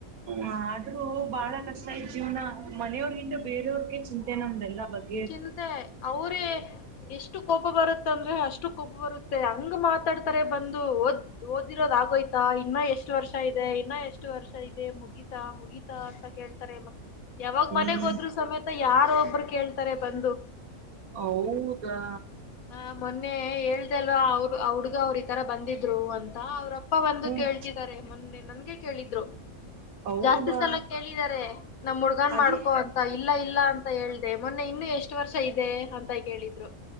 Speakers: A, on the right; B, on the left.
A: ಹ ಆದ್ರೂ ಬಹಳ ಕಷ್ಟ ಯ್ ಜೀವನ ಮನೆಯವ್ರ ಹಿಂದ ಬೇರೆಯವ್ರಿಗೆ ಚಿಂತೆೆ ನಮ್ದೆಲ್ಲ ಬರ್ು
B: ಚಿಂತೆ ಅವರೇ ಎಷ್ಟು ಕೋಪ ಬರುತ್ತ ಅಂದ್ರೆ ಅಷ್ಟು ಕೋಪ ಬರುತ್ತೆ ಹಂಗ ಮಾತಾಡ್ತಾರೆ ಬಂದು ಓದ ಓದಿರೋದ ಆೋಯ್ತಾ ಇನ್ನ ಎಷ್ಟು ವರ್ಷ ಇದೆ ಇನ್ನ ಎಷ್ಟು ವರ್ಷ ಇದೆ ಮುಗ ಮುಗಿತಾ ಮುಗಿತಾ ಅಂತ ಕೇಳ್ತಾರೆ ಮತ್ೆ ಯಾವಾಗ
A: ಹ್ಮ್
B: ಮನೆಗ್ ಹೋದ್ರೂ ಸಮೇತ ಯಾರ ಒಬ್ರು ಕೇಳ್ತಾರೆ ಬಂದು
A: ಹೌದಾ
B: ಹ ಮೊನ್ನೆ ಹೇಳ್ದಲ್ ಅವರು ಅವಡ್ಗ ಅವ್ರ ಈತರ ಬಂದಿದ್ರು ಅಂತ ಅವ್ರ ಅಪ್ಪ ಬಂದು
A: ಹ್ಮ್
B: ಕೇಳ್ತಿದ್ದಾರೆ ಮೊನ್ನೆ ನನ್ಗೆ ಕೇಳಿದ್ರು
A: ಹೌದಾ
B: ಜಾಸ್ತಿ ಸಲ ಕೇಳಿದಿದ್ದಾರೆ ನಮ್ಮ್ ಹುಡ್ಗನ್
A: ಅದೇ
B: ಮಾಡ್ಕೊ ಅಂತ ಇಲ್ಲ ಇಲ್ಲ ಅಂತ ಹೇಳ್ದ ಅೇ ಮೊನ್ನೆ ಇನ್ನು ಎಷ್ಟು ವರ್ಷ ಇದೆ ಅಂತ ಕೇಳಿದ್ರು